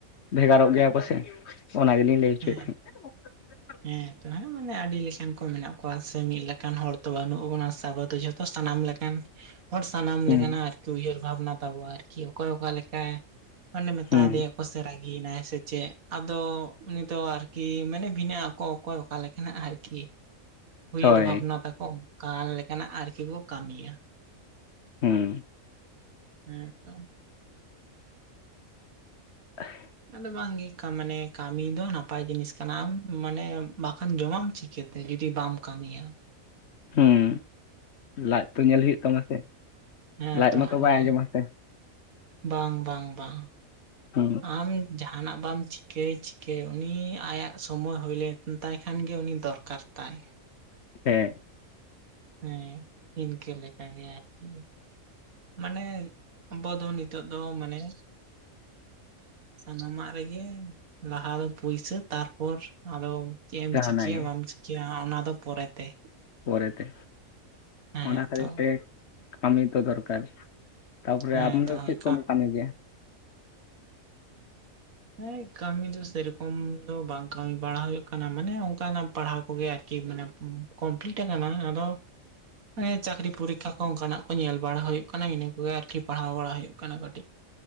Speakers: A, on the left; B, on the right.
A: ᱵᱷᱮᱜᱟᱨᱚᱜ ᱜᱮᱭᱟ ᱠᱚᱥᱮ ᱚᱱᱟ ᱜᱮᱞᱤᱧ ᱞᱟᱹᱭ ᱚᱪᱚᱭᱮᱫ
B: ᱦᱮᱸ
A: ᱛᱟᱦᱮᱸᱫ <inaudible>
B: ᱦᱮᱸ ᱛᱚ ᱢᱟᱱᱮ ᱟᱹᱰᱤ ᱞᱮᱠᱟᱱ ᱠᱚ ᱢᱮᱱᱟᱜ ᱠᱚᱣᱟ ᱥᱮ ᱢᱤᱫ ᱞᱮᱠᱟᱱ ᱦᱚᱲ ᱛᱚ ᱵᱟᱹᱱᱩᱜ ᱵᱚᱱᱟ ᱥᱮ ᱟᱵᱚ ᱡᱷᱚᱛᱚ ᱥᱟᱱᱟᱢ ᱞᱮᱠᱟ ᱮᱢ ᱦᱚᱲ ᱥᱟᱱᱟᱢ
A: ᱦᱩᱸ
B: ᱞᱮᱠᱟᱱᱟᱜ ᱟᱨᱠᱤ ᱩᱭᱦᱟᱹᱨ ᱵᱷᱟᱵᱽᱱᱟ ᱛᱟᱵᱚ ᱟᱨᱠᱤ ᱚᱠᱚᱭ ᱚᱠᱟ ᱞᱮᱠᱟ ᱢᱟᱱᱮ ᱢᱮᱛᱟ
A: ᱦᱩᱸ
B: ᱫᱮᱭᱟ ᱥᱮ ᱨᱟᱹᱜᱤᱭᱮᱱᱟᱭ ᱥᱮ ᱪᱮᱫ ᱟᱫᱚ ᱩᱱᱤ ᱫᱚ ᱟᱨᱠᱤ ᱢᱟᱱᱮ ᱵᱷᱤᱱᱟᱹ ᱟᱠᱚ ᱚᱠᱚᱭ ᱚᱠᱟ ᱞᱮᱠᱟᱱᱟᱭ ᱟᱨᱠᱤ ᱩᱭᱦᱟᱹᱨ
A: ᱦᱳᱭ
B: ᱵᱷᱟᱵᱽᱱᱟ ᱛᱟᱠᱚ ᱚᱠᱟ ᱞᱮᱠᱟᱱᱟᱜ ᱟᱨᱠᱤ ᱠᱚ ᱠᱟᱹᱢᱤᱭᱟ
A: ᱦᱩᱸ
B: ᱦᱮᱸ ᱛᱚ
A: <unintelligible>
B: ᱟᱫᱚ ᱵᱟᱝᱜᱮ ᱢᱟᱱᱮ ᱠᱟᱹᱢᱤ ᱫᱚ ᱱᱟᱯᱟᱭ ᱡᱤᱱᱤᱥ ᱠᱟᱱᱟ ᱢᱟᱱᱮ ᱵᱟᱠᱷᱟᱱ ᱡᱚᱢᱟᱢ ᱪᱤᱠᱟ ᱪᱤᱠᱟᱹᱛᱮ ᱡᱩᱫᱤ ᱵᱟᱢ ᱠᱟᱹᱢᱤᱭᱟ
A: ᱦᱩᱢ ᱞᱟᱡ ᱛᱚ ᱧᱮᱞ ᱦᱩᱭᱩᱜ ᱛᱟᱢᱟ ᱥᱮ
B: ᱦᱮᱸ
A: ᱞᱟᱡ
B: ᱛᱚ
A: ᱢᱟᱛᱚ
B: ᱦᱮᱸ
A: ᱵᱟᱭ ᱟᱸᱡᱚᱢᱟᱥᱮ
B: ᱵᱟᱝ ᱵᱟᱝ ᱵᱟᱝ
A: ᱦᱩᱸ
B: ᱟᱢ ᱡᱟᱦᱱᱟᱜ ᱵᱟᱢ ᱪᱤᱠᱟᱹᱭ ᱪᱤᱠᱟᱹ ᱩᱱᱤ ᱟᱭᱟᱜ ᱥᱚᱢᱚᱭ ᱦᱩᱭᱞᱮᱱ ᱛᱟᱭ ᱠᱷᱟᱱ ᱜᱮ ᱩᱱᱤ ᱫᱚᱨᱠᱟᱨ ᱛᱟᱭ
A: ᱦᱮᱸ
B: ᱦᱮᱸ ᱤᱱᱠᱟᱹ ᱞᱮᱠᱟ ᱜᱮ ᱟᱨᱠᱤ ᱢᱟᱱᱮ ᱟᱵᱚ ᱫᱚ ᱱᱤᱛᱚᱜ ᱫᱚ ᱢᱟᱱᱮ ᱥᱟᱱᱟᱢᱟᱜ ᱨᱮᱜᱮ ᱞᱟᱦᱟ ᱫᱚ ᱯᱩᱭᱥᱟᱹ ᱛᱟᱨᱯᱚᱨ ᱟᱫᱚ ᱪᱮ ᱮᱢ
A: ᱡᱟᱦᱟᱱᱟᱜ
B: ᱪᱤᱠᱟᱹᱭᱟ
A: ᱜᱮ
B: ᱵᱟᱢ ᱪᱤᱠᱟᱹᱭᱟ ᱚᱱᱟᱫᱚ ᱯᱚᱨᱮᱛᱮ
A: ᱯᱚᱨᱮᱛᱮ
B: ᱦᱮᱸ
A: ᱚᱱᱟ ᱠᱷᱟᱹᱛᱤᱨ
B: ᱛᱚ
A: ᱛᱮ ᱠᱟᱹᱢᱤ ᱫᱚ ᱫᱚᱨᱠᱟᱨ ᱛᱟᱯᱚᱨᱮ
B: ᱦᱮᱸ
A: ᱟᱢ
B: ᱛᱚ
A: ᱫᱚ
B: ᱦᱳᱭ
A: ᱪᱮᱫ ᱠᱚᱢ ᱠᱟᱹᱢᱤ ᱜᱮᱭᱟ
B: ᱦᱮᱸ ᱠᱟᱹᱢᱤ ᱫᱚ ᱥᱮᱨᱚᱠᱚᱢ ᱫᱚ ᱵᱟᱝ ᱠᱟᱹᱢᱤ ᱵᱟᱲᱟ ᱦᱩᱭᱩᱜ ᱠᱟᱱᱟ ᱢᱟᱱᱮ ᱚᱱᱠᱟᱱᱟᱜ ᱯᱟᱲᱦᱟᱣ ᱠᱚᱜᱮ ᱟᱨ ᱠᱤ ᱢᱟᱱᱮ ᱠᱚᱢᱯᱞᱤᱴ ᱠᱟᱱᱟ ᱟᱫᱚ
A: <inaudible>
B: ᱦᱮᱸ ᱪᱟᱹᱠᱨᱤ ᱯᱚᱨᱤᱠᱠᱷᱟ ᱠᱚ ᱚᱱᱠᱟᱱᱟᱜ ᱠᱚ ᱧᱮᱞ ᱵᱟᱲᱟ ᱦᱩᱭᱩᱜ ᱠᱟᱱᱟ ᱤᱱᱟᱹ ᱠᱚᱜᱮ ᱟᱨᱠᱤ ᱯᱟᱲᱦᱟᱣ ᱵᱟᱲᱟ ᱦᱩᱭᱩᱜ ᱠᱟᱱᱟ ᱠᱟᱹᱴᱤᱡ